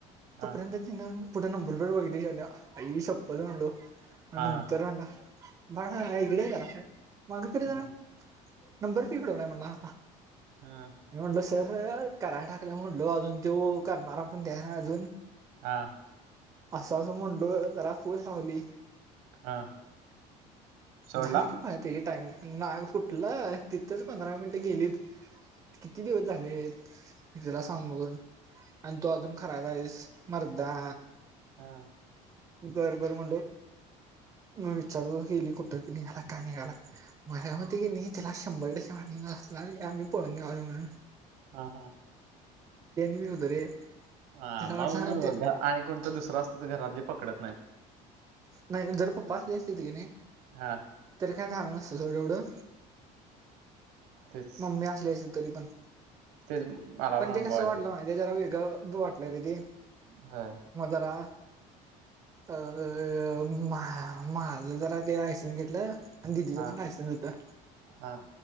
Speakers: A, on the right; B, on the right.
A: हं,
B: तोपर्यंत तिनं पुठ नंबर बुरबेड, आई शपथ म्हणलो. आणि
A: हां,
B: तरड बर हा गडे क मागे कुठं
A: हं,
B: जाणार नंबर पिकडव नाही म्हणला आता
A: हं,
B: मलं सर कराय टाकल्या म्हणटलो अजून तो करणारा पण द ना अजून
A: हा
B: असं असं म्हणलोय घरात फोन लावली
A: हं. सोडला?
B: झाली की पाय ते टायमिंग नाग फुटलं तिथंच पंधरा मिनटं गेलीत किती दिवस झाले म तिला सांगून आणि तू अजून खरायचा आहेस मर्दा
A: हम् हा
B: बर बर म्हणलं, म विचार गेली कुठ निघाला का निघाला, मझ्या मते की नी त्याला शंभर टक्के वाट आम्ही पळून निघालो ह
A: हा हा
B: मी होतो रे
A: ह
B: त्याला
A: मग
B: वाटलं
A: म्हणून आणि कोणत दुसरं असत तर घरातली पकडत नाही.
B: नाही जर पप्प असले अस्तीत किणी,
A: हा
B: तरी काय झाल नस तस एवढं.
A: तेच
B: मम्मी असली असती तरी पण.
A: तेच मला
B: पण ते
A: अनुभव
B: कसं
A: आहे
B: वाटलं माहितीे जरा वेळ ग तू वाटलंय रे ते.
A: होय
B: म जरा. अ अ अ अ अ अ मा माझ जरा ते आयसन्स घेतलं. आणि दिदीचं
A: हा
B: पण लायसन होतं.
A: हा